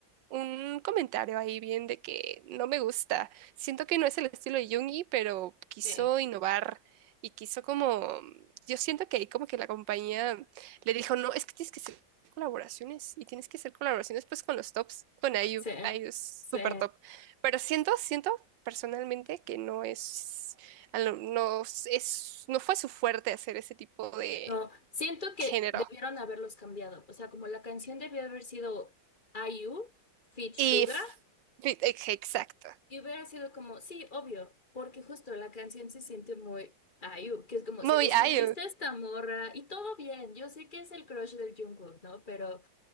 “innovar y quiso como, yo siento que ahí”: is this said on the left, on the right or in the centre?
Right